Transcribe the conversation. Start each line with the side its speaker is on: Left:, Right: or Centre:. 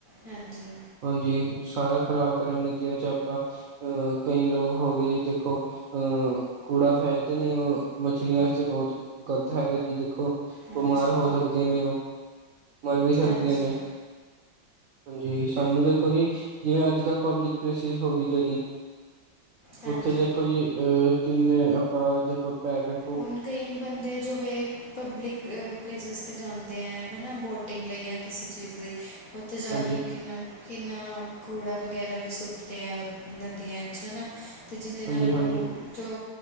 Left: ਹਾਂਜੀ।
Right: ਹਾਂਜੀ, ਸਾਰਾ ਖ਼ਰਾਬ ਕਰਨੇ ਨਦੀਆਂ ਚ ਆਪਾਂ ਅ ਕਈ ਲੋਕ ਹੋ ਗਏ ਦੇਖੋ, ਅਹ ਕੂੜਾ ਫੈਕਦੇ ਨੇ ਉਹ ਮੱਛਲੀਆਂ ਵਾਸਤੇ ਬਹੁਤ ਗ਼ਲਤ ਹੈਗਾ ਜੀ ਦੇਖੋ,
Left: ਹਾਂਜੀ
Right: ਬਿਮਾਰ ਹੋ ਸਕਦੀਆਂ ਨੇ ਉਹ, ਮਰ ਵੀ ਸਕਦੀਆਂ
Left: ਹਾਂਜੀ
Right: ਨੇ। ਹਾਂਜੀ, ਸਾਨੂੰ ਦੇਖੋ ਜੀ ਜਿਵੇਂ ਅੱਜ-ਕੱਲ੍ਹ ਪਬਲਿਕ ਪਲੇਸਿਸ ਹੋ ਗਈ ਜਿਹੜੀ।
Left: ਹਾਂਜੀ
Right: ਉੱਥੇ ਦੇਖੋ ਜੀ ਅਹ ਕਿੰਨੇ ਆਪਾਂ ਦੇਖੋ ਪੈਕੇਟ।
Left: ਹੁਣ ਕਈ ਬੰਦੇ ਜੋ ਵੇ ਪਬਲਿਕ ਪਲੇਸਿਸ ਤੇ ਜਾਂਦੇ ਏ, ਹੈਨਾ ਬੋਟਿੰਗ ਲਈ ਜਾਂ ਕਿਸੇ ਚੀਜ਼ ਲਈ। ਉੱਥੇ ਜਾ
Right: ਹਾਂਜੀ,
Left: ਕੇ ਉਹ ਕਿੰਨਾ। ਕਿੰਨਾ ਕੂੜਾ ਵਗੈਰਾ ਵੀ ਸੁੱਟਦੇ ਏ, ਉਹ ਨਦੀਆਂ ਚ ਹੈਨਾ। ਅਤੇ ਜਿਹਦੇ ਨਾਲ
Right: ਹਾਂਜੀ, ਹਾਂਜੀ,
Left: ਉਹ ਜੋ